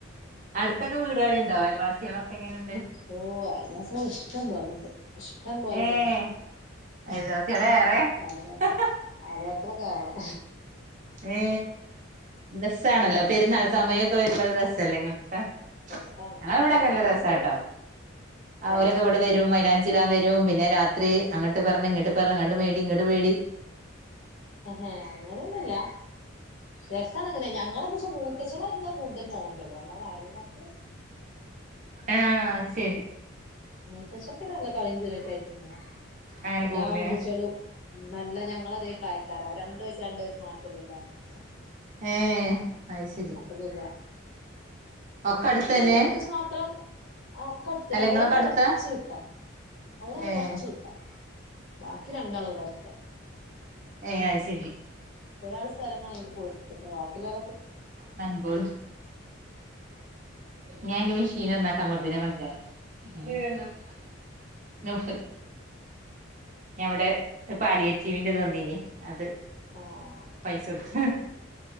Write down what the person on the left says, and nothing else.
ഓ അയൽവാസികളൊക്കെഇഷ്ടം പോലുണ്ട്. ഇഷ്ടം പോലുണ്ട്.
<unintelligible>
കയറാം
ഏറെ
രസാണ്
ആ എല്ലോട്ത്ത്ക്കും
പോവും
ഏ
ഹ ഹ അങ്ങനെ രസാണ് അങ്ങനെ ഞങ്ങെന്താ വെച്ചാ മൂത്തച്ചണായിട്ടല്ല കൂടുതൽ പോകണ്ടള്ളൂ അല്ലാതെ അയൽവാസി
മൂത്തച്ച് പില്ല കളിയും ചിരിയെക്കെ ആയിട്ട് ഇങ്ങനെ
എല്ലാ
മുത്തച്ച്കളും നല്ല ഞങ്ങള അതേ പ്രായക്കാരാ രണ്ടു വയസ് രണ്ടു വയസ് മാത്രല്ലൂ എല്ലാവരും.
അപ്പ സുഖ
വല്ിയ മുത്തിച് മാത്രം ആ ഒക്കെ അടുത്തി
ഒരാൾ
പറ കൊറച്ച കിട്ടാ ഒരാൾ
കൊറച്ചു ട്ടാ ബാക്കി രണ്ടാൾ ഇവിടെ അടുത്ത
ഒരാൾ സ്ഥലം വങ്ങട്ട് പോയിടുത്തക്ക ബാക്കിയുള്ള
ആഹ്